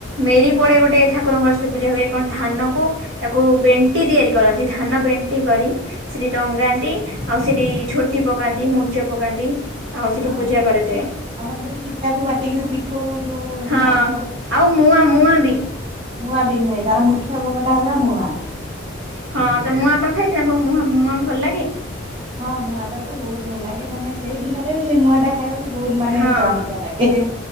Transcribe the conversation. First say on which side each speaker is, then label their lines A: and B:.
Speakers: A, on the right; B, on the right.
A: ମେରି
B: ହଁ
A: ପଡେ ଗୋଟେ ଠା ଠାକୁରଙ୍କର ସେଠି ପୂଜା ହୁଏ, କଣ ଧାନ କୁ ତାକୁ ବେଣ୍ଟି ତିଆରି କରନ୍ତି, ଧାନ ବେଣ୍ଟି କରି ସେଠି ଟଙ୍ଗାନ୍ତି, ଆଉ ସେଠି ଝୋଟି ପକାନ୍ତି, ମୁର୍ଜ ପକାନ୍ତି। ଆଉ ସେଠି
B: ହଁ
A: ପୂଜା କରାଯାଏ।
B: ଆମର ଯୋଉ ଚିତା କୁ ବାଟିକି ବି ପିଠଉ ଯୋଉ ଏମିତି
A: ହଁ
B: ଆଣ କରିକି
A: ଆଉ ମୁଆଁ, ମୁଆଁ ବି।
B: ମୁଆଁ ବି ହୁଏ, ତାର ମୁଖ୍ୟ ଭୋଗଟା ହେଲା ମୁଆଁ।
A: ହଁ ତ ମୁଆଁ ଆପଣ ଖାଇଛନ୍ତି, ମୁଆଁ, ମୁଆଁ ଭଲ ଲାଗେ?
B: ହଁ ମୁଆଁ ଟା ତ ବହୁତ ଭଲ ଲାଗେ, ମାନେ ସେଇ ଦିନରେ ସେଇ ମୁଆଁ ଟା ଖାଇବାକୁ ବହୁତ ମାନେ
A: ହଁ
B: ସ୍ଵାଦ ଲାଗେ।